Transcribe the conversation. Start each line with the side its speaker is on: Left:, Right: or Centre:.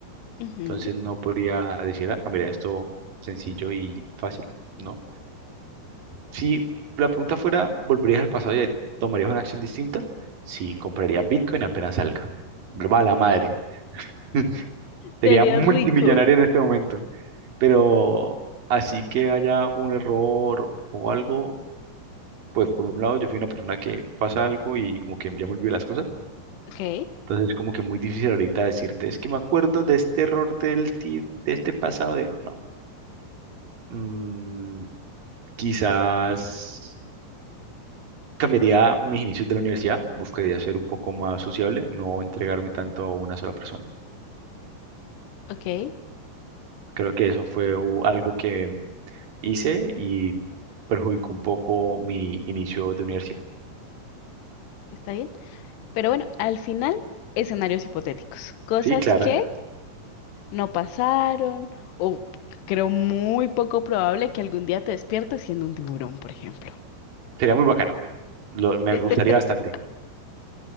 Left: Ujú.
Right: Entonces no podría decir, ah, cambiaría esto sencillo y fácil, ¿no? Si la pregunta fuera, ¿volverías al pasado y tomarías una acción distinta? Sí, compraría Bitcoin apenas salga. Va la madre. <laughs> Sería
Left: Te harías
Right: multimillonario
Left: rico.
Right: en este momento. Pero así que haya un error o algo, pues por un lado yo fui una persona que pasa algo y como que ya me olvidó las cosas.
Left: Ok,
Right: Entonces es como que muy difícil ahorita decirte, es que me acuerdo de este error del ti- de este pasado de no. Mm, quizás cambiaría mis inicios de la universidad, buscaría ser un poco más sociable, no entregarme tanto a una sola persona.
Left: ok,
Right: Creo que eso fue u- algo que hice y perjudicó un poco mi inicio de universidad.
Left: está bien. Pero bueno, al final, escenarios hipotéticos, cosas
Right: Sí, Clara,
Left: que no pasaron o creo muy poco probable que algún día te despiertes siendo un tiburón, por ejemplo.
Right: sería muy bacano. Lo- me
Left: <laughs>
Right: gustaría bastante.